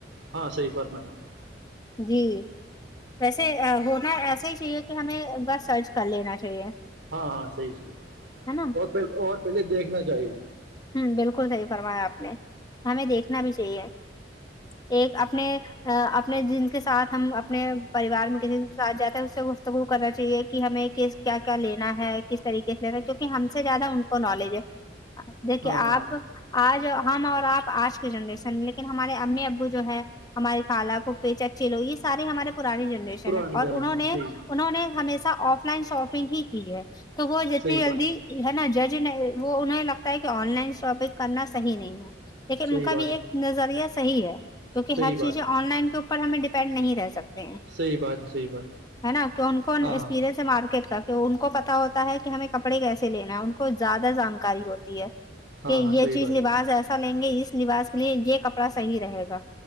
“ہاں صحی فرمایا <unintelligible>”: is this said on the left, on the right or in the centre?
Right